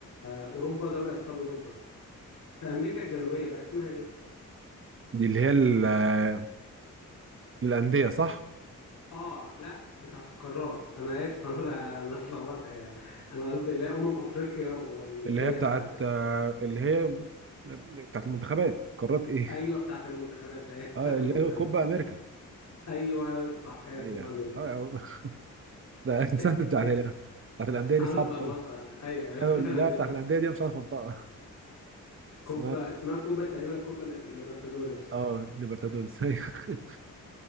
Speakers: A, on the left (about 60°); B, on the right (about 40°).
A: أوروبا دوري أبطال أوروبا في أمريكا الجنوبية بقى اسمها إيه؟
B: دي اللي هي ال- آه، الأندية صح
A: آه لا بتاعت القارات أنا آسف أنا <laughs> أنا اتلخبطت أنا قصدي اللي هي أمم أفريقيا واللي
B: اللي
A: هي
B: هي بتاعت
A: بتاعت
B: آه، اللي هي بتاعت المنتخبات قارات ايه
A: أيوه بتاعت المنتخبات أيوه <laughs>
B: اه
A: بتاعت
B: اللي
A: المنتخبات
B: هي كوبا امريكا
A: أيوه صح هي
B: ايوه
A: كوبا أمريكا
B: اه آه. <laughs> ده السنه
A: <laughs>
B: بتاعت ال- بتاعت الانديه
A: أنا
B: دي صعبه
A: اتلخبطت
B: قوي
A: أيوه هي بتاعت
B: لا
A: الأندية
B: بتاعت
A: صح
B: الانديه دي أنا مش عارف انطقها اسمها
A: كوبا اسمها كوبا تقريبا كوبا ليبرتادوريس
B: اه ليبرتادوريس <laughs> أيوة.